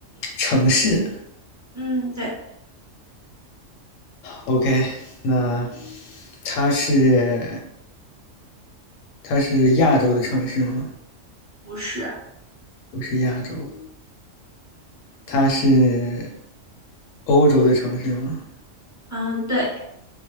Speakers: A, on the left; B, on the right.
A: 城市
B: 嗯，对，
A: ，OK，那它是它是亚洲的城市吗？
B: 不是，
A: 不是亚洲，它是欧洲的城市吗？
B: 嗯，对，